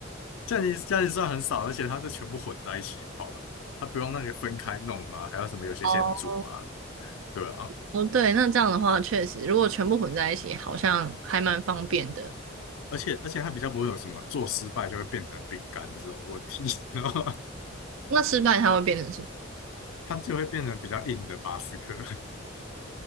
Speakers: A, on the left; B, on the right.
A: 这样你这样你算很少，而且它是全部混在一起泡的，它不用那个分开弄啊，还有什么有些先煮啊，
B: 哦，
A: 对啊，
B: 哦，对，那这样的话，确实，如果全部混在一起，好像还蛮方便的。
A: 而且而且它比较不会有什么做失败就会变成饼干的这种问题，<laughs> 然后
B: 那失败它会变成什么？
A: 它就会变成比较硬的巴斯克，